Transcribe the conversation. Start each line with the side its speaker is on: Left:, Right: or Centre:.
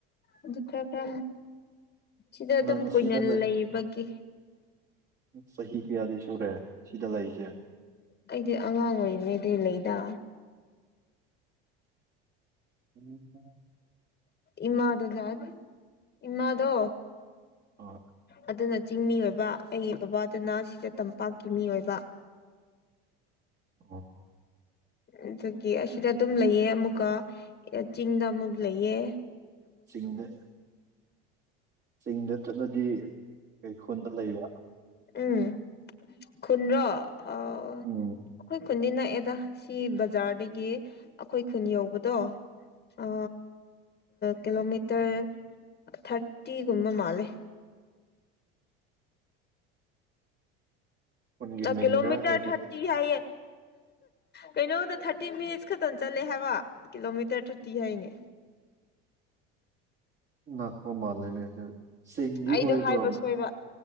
Left: ꯑꯗꯨ ꯈꯔ꯭ꯔ ꯁꯤꯗ ꯑꯗꯨꯝ
Right: ꯅꯪ ꯑꯁꯤꯗ
Left: ꯀꯨꯏꯅ ꯂꯩꯕꯒꯤ
Right: ꯆꯍꯤ ꯀꯌꯥꯗꯤ ꯁꯨꯔꯦ ꯁꯤꯗ ꯂꯩꯁꯦ‌
Left: ꯑꯩꯗꯤ ꯑꯉꯥꯡ ꯑꯣꯏꯔꯤꯉꯩꯗ ꯂꯩꯗꯥ
Right: ꯎꯝ
Left: ꯏꯃ ꯑꯗꯨꯗ ꯏꯃꯗꯣ
Right: ꯑꯣ
Left: ꯑꯗꯨꯗ ꯅ ꯆꯤꯡꯃꯤ ꯑꯣꯏꯕ ꯑꯩꯒꯤ ꯕꯕꯥꯗꯨꯅ ꯁꯤꯗ ꯇꯝꯄꯥꯛꯀꯤ ꯃꯤ ꯑꯣꯏꯕ
Right: ꯑꯣ
Left: ꯑꯗꯨꯗꯒꯤ ꯑꯁꯤꯗ ꯑꯗꯨꯝ ꯂꯩꯑ ꯑꯃꯨꯛꯀ ꯆꯤꯡꯗ ꯑꯃꯨꯛ ꯂꯩꯑ
Right: ꯆꯤꯡꯗ ꯆꯤꯡꯗ ꯆꯠꯂꯗꯤ ꯀꯩ ꯈꯨꯨꯟꯗ ꯂꯩꯕ
Left: ꯎꯝ ꯈꯨꯨꯟ꯭ꯔꯣ ꯑ ꯑꯩꯣꯏ
Right: ꯎꯝ
Left: ꯈꯨꯨꯟꯗꯤ ꯅ ꯑꯦꯗꯥ ꯁꯤ ꯕꯖꯥꯔꯗꯒꯤ ꯑꯩꯈꯣꯏ ꯈꯨꯟ ꯌꯧꯕꯗꯣ ꯑ ꯀꯤꯂꯣꯃꯤꯇꯔ ꯊꯥꯔꯇꯤꯒꯨꯝꯕ ꯃꯥꯂꯦ
Right: ꯈꯨꯟꯒꯤ
Left: ꯑ
Right: ꯃꯤꯡꯒ
Left: ꯀꯂꯣꯃꯤꯇꯔ
Right: ꯍꯥꯏꯕ
Left: ꯊꯔꯇꯤ ꯍꯥꯏꯌꯦ ꯀꯩꯅꯣꯗ ꯊꯥꯔꯇꯤ ꯃꯤꯅꯤꯠꯁ ꯈꯛꯇꯅ ꯆꯠꯂꯦ ꯍꯥꯏꯕ ꯀꯤꯂꯣꯃꯤꯇꯔ ꯊꯥꯔꯇꯤ ꯍꯥꯏꯅꯦ
Right: <inaudible> ꯉꯥꯛꯄ ꯃꯥꯜꯂꯅꯦ ꯆꯦꯡꯗꯤ
Left: ꯑꯩꯗꯣ
Right: ꯑꯣꯏꯕ꯭ꯔꯣꯅ
Left: ꯍꯥꯏꯕ ꯁꯣꯏꯕ